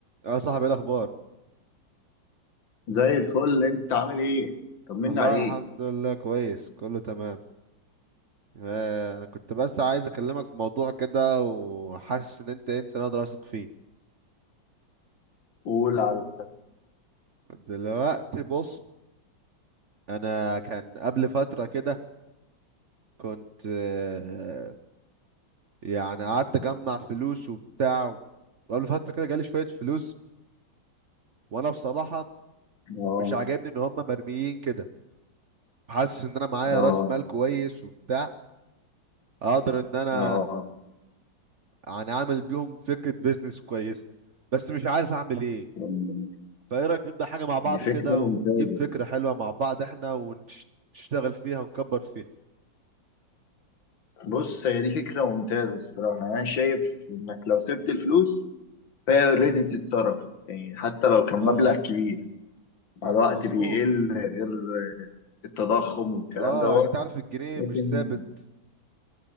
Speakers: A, on the right; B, on the left.
A: يا صاحبي ايه الاخبار
B: زي الفل انت عامل ايه طمنا
A: الله
B: عليك
A: الحمد لله كويس كله تمام آه، انا كنت بس عايز اكلمك في موضوع كده وحاسس ان انت انسان اقدر اثق فيه
B: قول على
A: دلوقتي بص انا كان قبل فترة كده كنت آه، يعني قعدت اجمع فلوس وبتاع وقبل فترة كده جالي شوية فلوس وانا بصراحة
B: اه
A: مش عاجبني ان هم مرميين كده حاسس ان انا معايا
B: اه
A: راس مال كويس وبتاع اقدر ان انا
B: اه
A: يعني عامل بيهم فكرة بيزنس كويسة بس مش عارف اعمل ايه
B: طمني.
A: فايه رأيك نبدأ حاجة مع بعض
B: دي فكرة
A: كده
B: ممتازة
A: ونجيب فكرة حلوة مع بعض احنا ونشتغل فيها ونكبر فيها
B: بص هي دي فكرة ممتازة الصراحة انا شايف انك لو سبت الفلوس فهي اوريدي بتتصرف يعني حتى لو كان
A: اه
B: مبلغ كبير مع الوقت
A: مظبوط
B: بيقل غير التضخم والكلام
A: اه
B: دوت
A: انت عارف الجنيه
B: لكن
A: مش ثابت